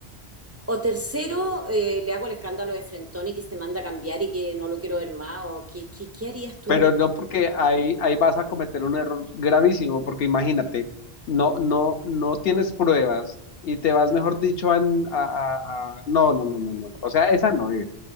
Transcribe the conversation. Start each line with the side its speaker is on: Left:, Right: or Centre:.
Right: O tercero, eh, le hago el escándalo de Frentoni que se manda a cambiar y que no lo quiero ver más. O, ¿qué, qué, qué harías tú
Left: Pero
Right: en mi
Left: no porque ahí, ahí vas a cometer un error gravísimo, porque imagínate, no, no, no tienes pruebas y te vas, mejor dicho, a, a- a- a- No, no, no, no, no. no. O sea, esa no es.